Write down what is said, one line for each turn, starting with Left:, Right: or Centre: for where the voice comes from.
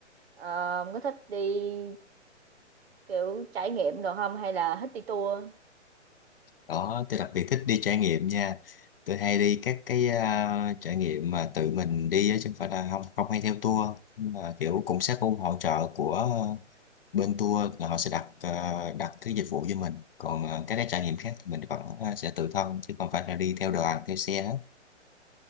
Right: Ờ, ông có thích đi kiểu trải nghiệm đồ không hay là thích đi tour?
Left: đó tôi đặc biệt thích đi trải nghiệm nha tôi hay đi các cái à, trải nghiệm mà tự mình đi á, chứ không phải là không không hay theo tour Nhưng mà kiểu cũng sẽ có hỗ trợ của ờ, bên tour là họ sẽ đặt ờ, đặt cái dịch vụ cho mình còn ờ, các cái trải nghiệm khác thì mình vẫn ờ, sẽ tự thân chứ không phải là đi theo đoàn theo xe hết